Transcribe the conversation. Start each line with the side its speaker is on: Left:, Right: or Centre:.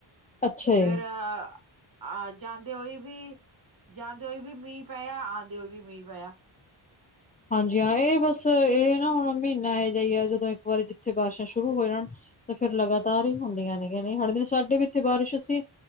Left: ਅੱਛਾ
Right: ਫਿਰ
Left: ਜੀ
Right: ਆਣ ਜਾਂਣ ਜਾਂਦੇ ਹੋਏ ਵੀ ਜਾਂਦੇ ਹੋਏ ਵੀ ਮੀਂਹ ਪਿਆ, ਆਉਂਦੇ ਹੋਏ ਵੀ ਮੀਂਹ ਪਿਆ।
Left: ਹਾਂਜੀ ਹਾਂ ਇਹ ਬਸ ਇਹ ਨਾ ਹੁਣ ਮਹੀਨਾ ਇਹੋ ਜਿ ਹੀ ਹੈ, ਜਦੋਂ ਇੱਕ ਵਾਰੀ ਜਿੱਥੇ ਬਾਰਿਸ਼ਾਂ ਸ਼ੁਰੂ ਹੋ ਜਾਣ। ਤੇ ਫਿਰ ਲਗਾਤਾਰ
Right: ਹਾਂ,
Left: ਹੀ ਹੁੰਦੀਆਂ ਨੇਗੀਆਂ ਨਹੀ ਹਟਦੀਆਂ, ਸਾਡੇ ਵੀ ਇੱਥੇ ਬਾਰਿਸ਼ ਸੀ।